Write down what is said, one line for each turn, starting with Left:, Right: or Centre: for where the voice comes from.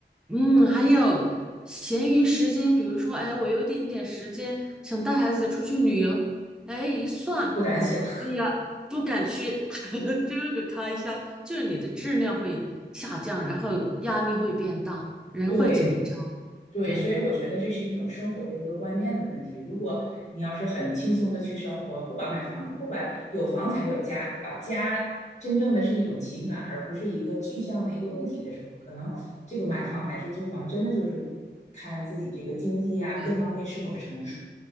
Centre: 嗯，还有闲余时间，比如说，哎，我有一点点时间，想带孩子出去旅游，哎，一算，
Left: 不敢想。<laughs>
Centre: 哎呀，不敢去，<laughs> 这个开销就是你的质量会下降，然后压力会变大，人会紧张。
Left: 对对，
Centre: 对
Left: 所以我觉得这是一种生活的一个观念的问题。如果你要是很轻松的去生活，不把买房子，不把有房才有家，把家真正的是一种情感，而不是一个具象的一个物体的时候，可能这个买房还是租房，真的就是看自己这个经济啊各方面是否成熟。
Centre: 对，